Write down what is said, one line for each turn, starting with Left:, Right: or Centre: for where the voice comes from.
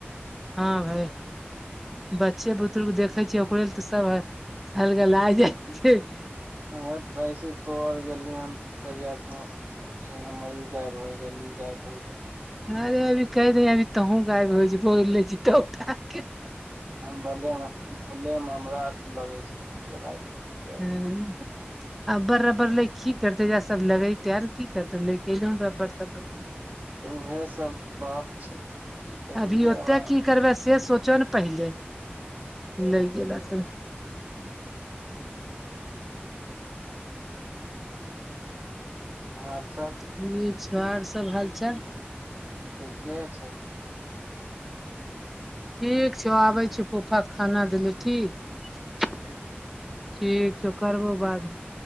Centre: हा भाय बच्चे बुच्ची तुलबुक देखेय छियै ओकरे ल तऽ सब हय अलगला जाइ छैय।
Right: ह त ऐसे तोर गेलये हन तहियास ज मरी जायब होइ गेली गायब होइ गेल।
Centre: अरे अभी कहि रहि अभी तहु गायब हो जेभी बोल लैय छी तब उठ।
Right: हम बगेमे खुलेपन हमरा लगैय छैय चुराय लैय छैय।
Centre: हु। अब्बर रबर लैय की करतै यै सब लगै तै आर की करतै ले के रबर तबर।
Right: तऽ वैह सब बात छैय तऽ की। कहियै
Centre: अभी ओतह
Right: आब
Centre: की करबै से सोचऽ न पहिले लैय गेल तऽ।
Right: और सब?
Centre: ठीक छौ आओर सब हालचाल?
Right: ठीके छै तऽ।
Centre: ठीक छैौ आबै छै फोफाके खाना देली ठीक।
Right: ठीक।
Centre: ठीक छौ करबो बादमे।